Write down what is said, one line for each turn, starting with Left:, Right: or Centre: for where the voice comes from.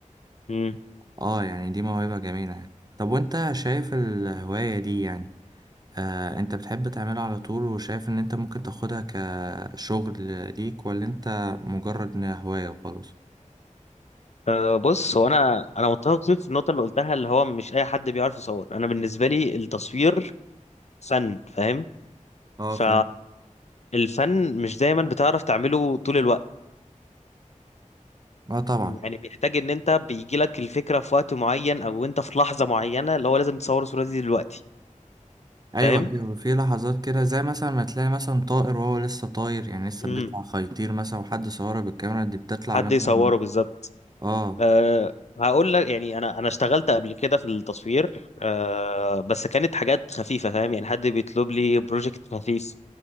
Left: مم.
Right: اه يعني دي موهبة جميلة يعني طب وانت شايف الهواية دي يعني آه انت بتحب تعملها على طول وشايف ان انت ممكن تاخدها كشغل ليك ولا انت مجرد انها هواية وخلاص
Left: أه بص هو انا انا متفق فيك في النقطه اللي قلتها اللي هو مش اي حد بيعرف يصور انا بالنسبه لي التصوير فن فاهم
Right: اه
Left: ف
Right: فاهم
Left: الفن مش دايما بتعرف تعمله طول الوقت
Right: اه طبعا
Left: يعني بيحتاج ان انت بيجي لك الفكره في وقت معين او انت في لحظه معينه اللي هو لازم تصور الصوره دي دلوقتي
Right: ايوه
Left: فاهم
Right: ايوه في لحظات كده زي مثلا ما تلاقي مثلا طائر وهو لسه طاير يعني لسه
Left: امم
Right: بيطلع خيطير مثلا وحد صوره بالكاميرا دي بتطلع
Left: حد
Right: مثلا
Left: يصوره بالظبط
Right: اه
Left: أه هقول لك يعني انا انا اشتغلت قبل كده في التصوير أه بس كانت حاجات خفيفه فاهم يعني حد بيطلب لي بروجكت خفيف